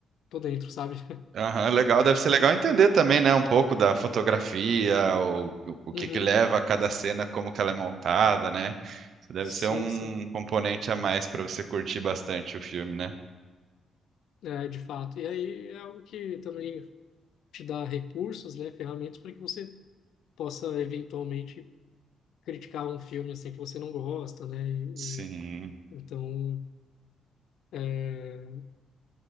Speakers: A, on the left; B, on the right.
A: tô dentro, sabe? <laughs>
B: Aham. Legal. Deve ser legal entender também, né? Um pouco da fotografia, o, o, o que
A: Uhum.
B: que leva a cada cena, como que ela é montada, né? Isso deve
A: Sim,
B: ser um
A: sim.
B: componente a mais para você curtir bastante o filme, né?
A: É, de fato. E aí é algo que também te dá recursos, né? Ferramentas para que você possa, eventualmente, criticar um filme, assim, que você não gosta, né? E,
B: Sim.
A: e- então é,